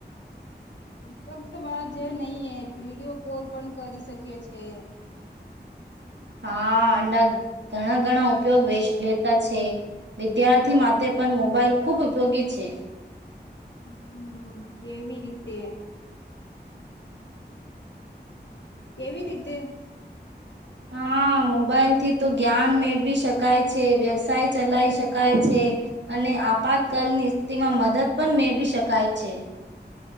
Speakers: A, on the left; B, on the right.
A: ફક્ત વાજ નહી એ વિડીયો કોલ પણ કરી શકે છે.
B: હા અડા ઘણા ઘણા ઉપયોગ વેચ ડેતા છે. વિદ્યાર્થી માટે પણ મોબાાઈલ ખૂબ ઉપયોગી છે.
A: હમ કેવી રીતે? એવી રીતે
B: હા. હા મોબાઈલ થી તો જ્ઞાન મેળવી શકાય છે, વ્યવસાય ચલાવી શકાય છે, અ ને આપાતકાલીન સ્થિતિમાં મદદ પણ મેળવી શકાય છે.